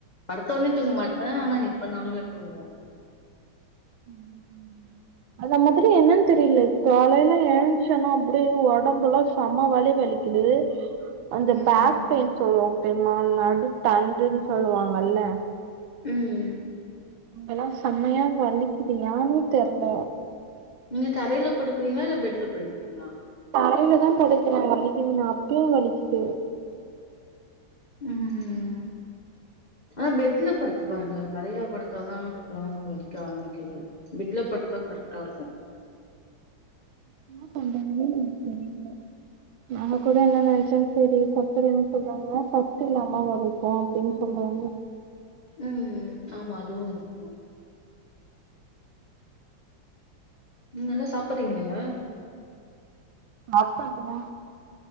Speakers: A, on the left; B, on the right.
A: படுத்த உடனே தூங்க மாட்ட ஆனா எப்பனாலுமே தூங்கிடுவ
B: ம் ம் அத மாதிரி என்னன்னு தெரியல காலையில எழுஞ்ச்சன அப்படி ஒடம்பலா செம வலி வலிக்குது அந்த
A: ம்.
B: பேக் பெயின் சொல்லுவாங் தெரிமா நடு தண்டுன்னு சொல்லுவாங்கல்ல
A: ம்
B: அங்கெலா செமையா வலிக்குது ஏனே தெர்ல
A: நீங்க தரையில படுக்கறிங்ளா இல்ல பெட்ல படுக்கறிங்ளா
B: தரையிலதா படுக்குறே வலிக்குதுனு அப்பயு வலிக்குது
A: ம் ஆனா பெட்ல படுத்து பாருங்க தரையில படுத்தாதா இப்பலா வலிக்க ஆரம்பிக்குது பெட்ல படுத்தா கரெக்ட்டா இருக்கு
B: என்ன பண்றதுன்னே எனக்கு தெரில நம்ம கூட என்ன நெனைச்ச சரி சத்து இல்லன்னு சொல்றாங்கனா சத்து இல்லாமவா இருக்கு அப்டின் சொல்றாங்க
A: ம் ஆமா அதுவு இருக் ம் நல்லா சாப்புடுறிங்கல்ல
B: நாட்களுக்குமா